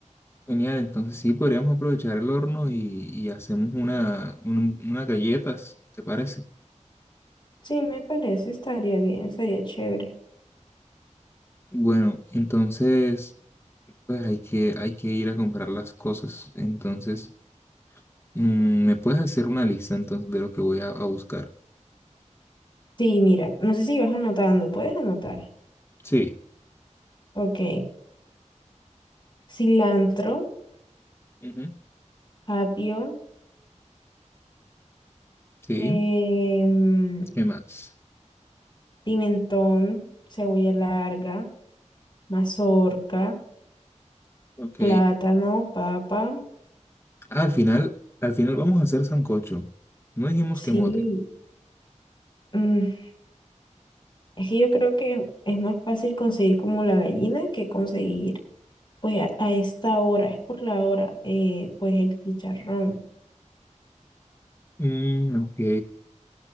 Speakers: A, on the left; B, on the left.
A: genial. Entonces sí, podríamos aprovechar el horno y, y hacemos una, un- unas galletas, ¿te parece?
B: Sí, me parece, estaría bien, estaría chévere.
A: Bueno, entonces, pues hay que, hay que ir a comprar las cosas. Entonces, mm, ¿me puedes hacer una lista entonces de lo que voy a, a buscar?
B: Sí, mira, no sé si vas anotando, puedes anotar.
A: Sí.
B: Ok, cilantro,
A: Ujú.
B: apio,
A: Sí.
B: em,
A: ¿Qué más?
B: pimentón, cebolla larga, mazorca,
A: Ok.
B: plátano, papa.
A: Ah, al final, al final vamos a hacer sancocho. No dijimos
B: Sí,
A: que mote.
B: mm, Es que yo creo que es más fácil conseguir como la gallina que conseguir, pues a, a esta hora, es por la hora, eh, pues el chicharrón.
A: Mm, ok.